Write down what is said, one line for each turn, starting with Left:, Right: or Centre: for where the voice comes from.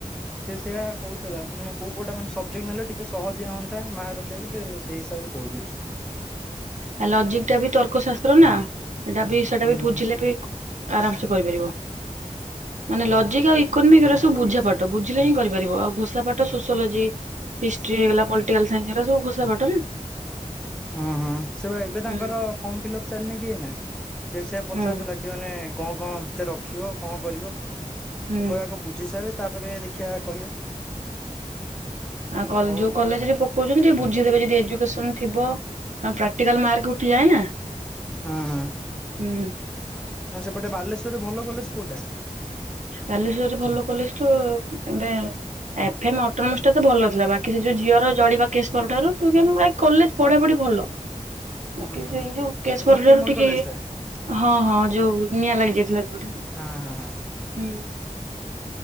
Centre: ସେ ସେଇଆ କହୁଥିଲା, ମାନେ କୋଉ କୋଉଟା ମାନେ ସବଜେକ୍ଟ ନେଲେ ଟିକେ ସହଜିଆ ହଅନ୍ତା ମାର୍କ ରଖିବାକୁ ସେ ସେଇ ହିସାବରେ କହୁଚି।
Right: ଆ, ଲଜିକ୍ ଟା ବି ତର୍କଶାସ୍ତ୍ର ନା ଏଟା ବି ସେଟା
Centre: ହୁଁ
Right: ବି ବୁଝିଲେ ବି ଆରାମ ସେ କରିପାରିବ ମାନେ ଲଜିକ ଆଉ ଇକୋନୋମିକ ହେରା
Centre: ଓହୋ
Right: ସବୁ
Centre: ହଁ
Right: ବୁଝା ପା ବୁଝିଲେ ହିଁ କରିପାରିବ ଆଉ ଘୋଷା ପାଠ ସୋସଲୋଜି। ହିଷ୍ଟ୍ରି ହେଇଗଲା ପାଲଟିକାଲ ସାଇନ୍ ଏରା ସବୁ ଘୋଷା ପାଠ ନା।
Centre: ହଁ ହଁ ସେ ଏବେ ତାଙ୍କର
Right: ହୁଁ
Centre: ଫର୍ମ ଫିଲ୍ଅପ ଚାଲିନି କି ଏଇନା ସେ ସେୟା ପଚାରଥିଲା
Right: ହୁଁ।
Centre: କି ମାନେ। କଣ କଣ ଭିତରେ ରଖିବ କଣ କରିବ ମୁଁ
Right: ହୁଁ
Centre: କହେ ଆଗ ବୁଝି ସାରେ। ତାପରେ ଦେଖିବା କହିବା।
Right: ଆ
Centre: ହଉ
Right: କ ଯୋଉ କଲେଜ ରେ ପକଉଛନ୍ତି ଟିକେ ବୁଝିଦେବେ ଯଦି ଏଜୁକେସନ ଥିବ ଆଉ ପ୍ରାକ୍ଟିକାଲ ମାର୍କ ଉଠିଯାଏନା ହୁଁ।
Centre: ହଁ ହଁ। ହଁ ସେପଟେ ବାଲେଶ୍ୱରରେ ଭଲ କଲେଜ କୋଉଟା?
Right: ବାଲେଶ୍ୱର ରେ ଭଲ କଲେଜ ଠୁ ଏବେ ଏଫ ଏମ ଅଟୋନୋମସ୍ ଟା ତ ଭଲଥିଲା ବାକି ସେ ଯୋଉ ଝିଅର ଜଳିବା କେସ୍ ପରଠାରୁ <unintelligible> କଲେଜ ପଢା ପଢି ଭଲ। ବାକି
Centre: ହଁ ହଁ।
Right: ସେଇ ଯୋଉ କେଶ ପରଠାରୁ
Centre: ଫକୀରମୋହନ
Right: ଟିକେ
Centre: କଲେଜ ଟା
Right: ହଁ ହଁ ଯୋଉ ନିଆଁ ଲାଗି ଯାଇଥିଲା ଯୋଉଠେ।
Centre: ହଁ ହଁ ହଁ।
Right: ହୁଁ।